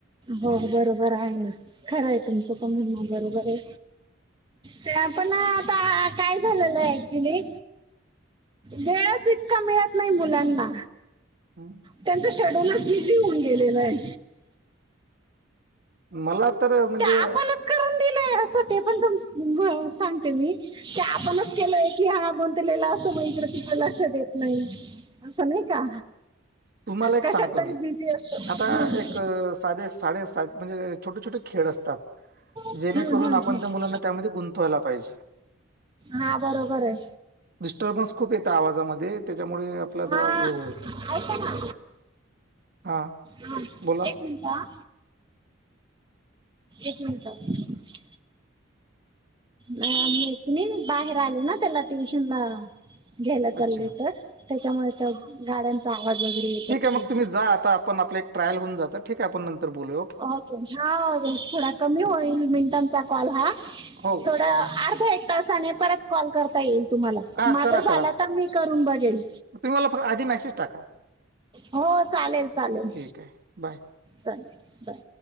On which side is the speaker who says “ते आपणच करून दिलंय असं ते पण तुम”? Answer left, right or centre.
Right